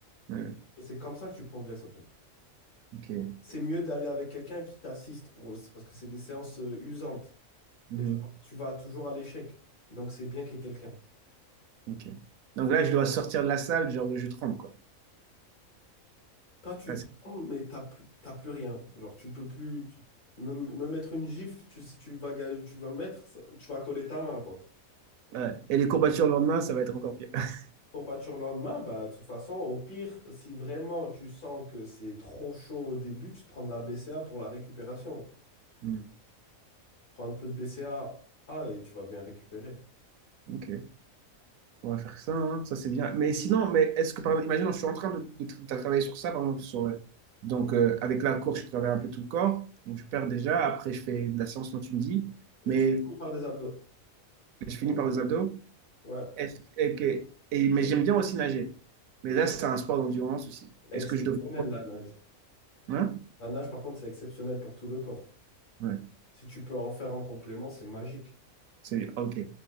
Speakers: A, on the right; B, on the left.
A: Ouais,
B: Et c'est comme ça que tu progresses en fait.
A: ok.
B: C'est mieux d'aller avec quelqu'un qui t'assiste pour le- parce que c'est des séances euh, usantes.
A: Mhm.
B: Et genre, tu vas toujours à l'échec. Donc c'est bien qu'il y ait quelqu'un.
A: Ok. Donc là, je dois sortir de la salle, genre, je tremble, quoi.
B: Toi, tu
A: Presque.
B: trembles, mais t'as plus, t'as plus rien. Genre, tu peux plus. tu- me, me mettre une gifle, tu, si tu vas, ga- tu vas mettre, ça- tu vas coller ta main, quoi.
A: Ouais. Et les courbatures le lendemain, ça va être encore pire. <laughs>
B: Courbature le lendemain, bah, de toute façon, au pire, si vraiment tu sens que c'est trop chaud au début, tu te prends de la BCA pour la récupération.
A: Hmm.
B: Tu prends un peu de BCA, ah, et tu vas bien récupérer.
A: Ok. On va faire ça, hein, Ça c'est bien. Mais sinon, mais est-ce que par exemple, imaginons, je suis en train de, de tra- travailler sur ça, par exemple, sur, euh, donc euh, avec la course, je travaille un peu tout le corps, donc je perds déjà. Après, je fais de la séance dont tu me dis,
B: Et
A: mais
B: tu finis par des abdos.
A: je finis par les abdos.
B: Ouais.
A: Est-ce- et, que- et- mais j'aime bien aussi nager. Mais là, c'est un sport d'endurance aussi. Est-ce
B: Exceptionnel
A: que je devrais.
B: la nage.
A: Hein?
B: La nage, par contre, c'est exceptionnel pour tout le corps.
A: Ouais,
B: Si tu peux en faire en complément, c'est magique.
A: c'est ok.